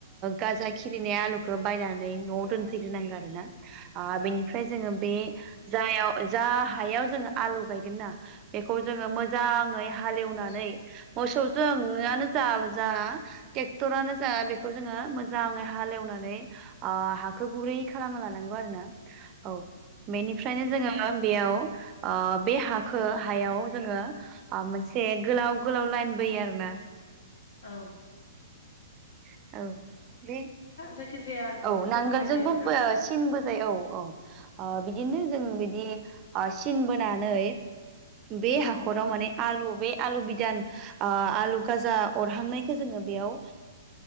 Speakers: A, on the right; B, on the left.
A: गाजा खिलिनाय आलुखौ बायनानै नआव
B: औ
A: दोनफैग्रोनांगोन आरो ना। बेनिफ्राय जोंङो बे जायाव जा हायाव जोंङो आलु गायगोन ना बेखौ जोंङो मोजांङै हालेवनानै
B: औ
A: मोसौजों <unintelligible> ज जा ट्रेक्टरानो जा बेखौ जोंङो मोजांङै हालेवनानै ओ हाखो गुरै खालामना लानांगौ आरो ना। औ बेनिफ्रायनो जोंङो दा बेयाव ओ बे हाखौ हायाव जोंङो मोनसे गोलाव गोलाव लाइन बोयो आरोना।
B: औ ।
A: <inaudible> औ बे
B: जायखिजाया गनफोरजों
A: औ नांगोलजोंबो
B: बोनाय जायो आरो ना
A: सिनबो जायो औ औ बिदिनो जों बिदि सिन बोनानै बे हाखराव
B: उम
A: माने आलु बे आलु बिदान आलु गाजा अरहांनायखौ जोंङो बेयाव